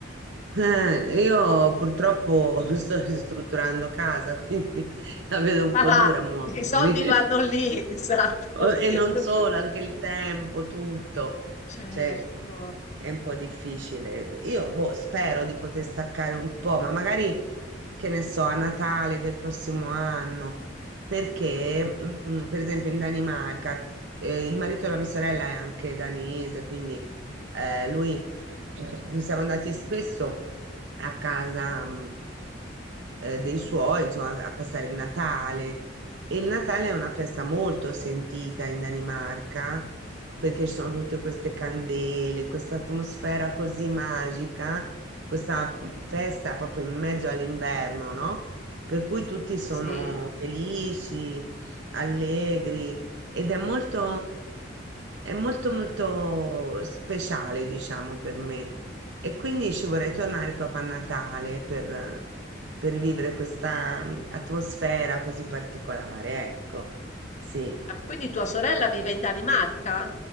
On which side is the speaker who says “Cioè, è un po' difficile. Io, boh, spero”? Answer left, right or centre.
Right